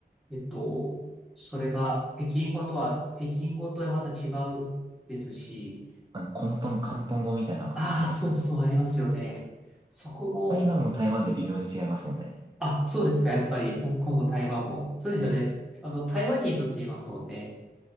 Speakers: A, in the centre; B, on the right.
A: えっと、それが北京語とは、北京語とはまた違うですし、
B: なんか、広東、広東語みたいな、
A: ああ、
B: ありますよね。
A: そうそう、ありますよね。そこも、
B: 台湾も台湾で微妙に違いますもんね。
A: あ、そうですか、やっぱり、香港も台湾も。そうですよね。あの、台湾ニーズって言いますもんね。